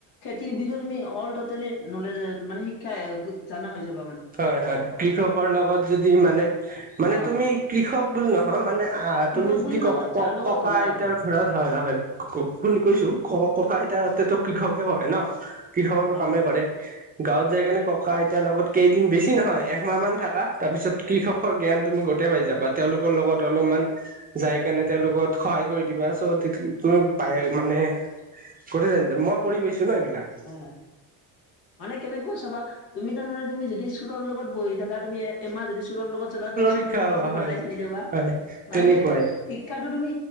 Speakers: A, on the left (about 70°); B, on the right (about 20°).
A: খেতিৰ বিষয়ে তুমি অল <unintelligible> নলেচ মানে শিক্ষা জনা হৈ যাব
B: হয় হয় কৃষকৰ লগত যদি মানে, মানে
A: অ
B: তুমি কৃষক বুলি নহয় মানে আ
A: কৃষক
B: তুমি যদি
A: বুলি
B: ক-ক-ককা
A: নহয় যাৰ লগত ঘূৰা
B: আইতাৰ
A: আৰু
B: ঘৰত হয় হয় শু-শুনি কৈছো ক-ককা আইতাহতে কৃষকে কৰে ন। কৃষকৰ
A: হয়
B: কামে
A: হয়
B: কৰে। গাঁৱত যাই কেনে ককা আইতাৰ লগত কেইদিন বেছি নহয় একমাহ মান থাকা, তাৰ পিছত কৃষকৰ জ্ঞান তুমি গোটেই পাই যাবা। তেওঁলোকৰ লগত অলপমান যাই কেনে তেওঁলোকত সহায় কৰি দিবা চ তুমি পায় মানে গোটেই <unintelligible> মই কৰি পাইছো ন এইবিলাক।
A: হয় হয়। মানে কেনেকুৱা চাবা তুমি তাৰমানে তুমি যদি চোৰৰ লগত বহি থাকা তুমি এমাহ যদি চোৰৰ লগত চলা তুমি চোৰৰ
B: শিক্ষা
A: ভিত্তিতো গোটাই
B: হয়
A: জানি যাবা,
B: হয়
A: মানে
B: তেনেকুৱাই
A: কেনেকুৱা শিক্ষাতো তুমি,